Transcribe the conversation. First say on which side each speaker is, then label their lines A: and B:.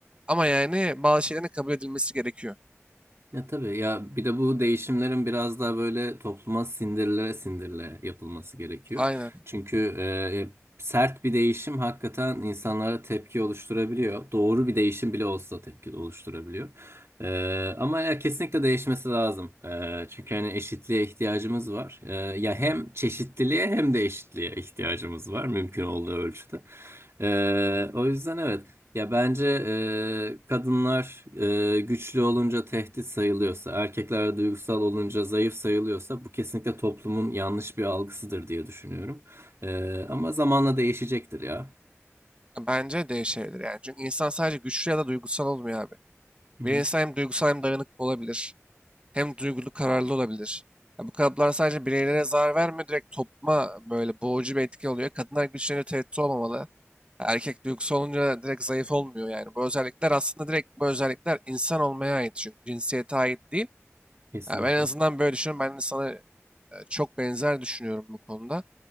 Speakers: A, on the right; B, on the right.
A: Ama yani bazı şeylerin kabul edilmesi gerekiyor.
B: Ya tabii ya bir de bu değişimlerin biraz daha böyle topluma sindirile, sindirile yapılması gerekiyor.
A: Aynen.
B: Çünkü e, e, sert bir değişim hakikaten insanlara tepki oluşturabiliyor. Doğru bir değişim bile olsa tepki oluşturabiliyor. E, ama ya kesinlikle değişmesi lazım. E, çünkü hani eşitliğe ihtiyacımız var. E, ya hem çeşitliliğe hem de eşitliğe ihtiyacımız var mümkün olduğu ölçüde. E, o yüzden evet ya bence e, kadınlar e, güçlü olunca tehdit sayılıyorsa, erkekler duygusal olunca zayıf sayılıyorsa bu kesinlikle toplumun yanlış bir algısıdır diye düşünüyorum. E, ama zamanla değişecektir ya.
A: Bence değişebilir yani. Çünkü insan sadece güçlü ya da duygusal olmuyor abi.
B: Hı
A: Bir
B: hı,
A: insan hem duygusal hem dayanıklı olabilir. hem duygulu kararlı olabilir. Ya bu kalıplar sadece bireylere zarar vermiyor, direkt topluma böyle boğucu bir etki oluyor. Kadınlar güçlerine tehdit olmamalı. Erkek duygusu olunca direkt zayıf olmuyor yani. Bu özellikler aslında direkt bu özellikler insan olmaya ait çünkü cinsiyete ait değil.
B: kesinlikle.
A: Ya ben en azından böyle düşünüyorum. Ben de sana e, çok benzer düşünüyorum bu konuda.